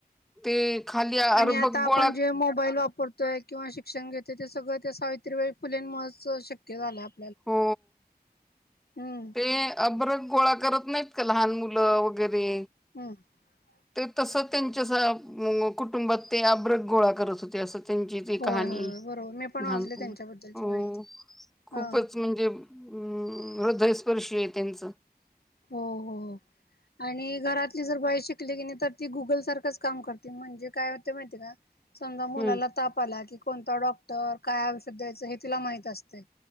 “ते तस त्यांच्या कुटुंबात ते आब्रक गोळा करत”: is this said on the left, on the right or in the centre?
Centre